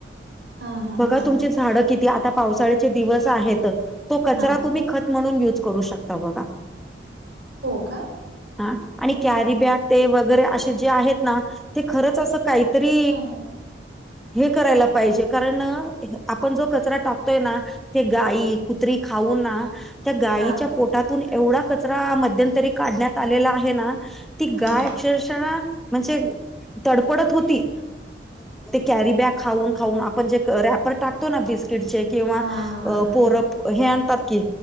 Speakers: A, on the right (about 70°); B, in the centre.
A: हा हा
B: बघा
A: हा
B: तुमची झाड किती आता पावसाळ्याचे दिवस आहेत तो कचरा
A: हा
B: तुम्ही खत म्हणून यूज करू शकता बघा,
A: हो का?
B: हा आणि कॅरी बॅग ते वगैरे असे जे आहेत ना ते खरंच असं काहीतरी
A: हा हो
B: हे करायला पाहिजे कारण आपण जो कचरा टाकतोय ना ते गाई कुत्री खाऊ ना त्या गायीच्या
A: हा
B: पोटातून एवढा कचरा मध्यंतरी काढण्यात आलेला आहे ना, ती गाय
A: हा
B: अक्षरश म्हणजे तडपडत होती. कॅरी बॅग खाऊन खाऊन आपण जे रॅपर टाकतो ना बिस्कटचे किंवा
A: हा
B: अ
A: हा
B: पोर हे आणतात की,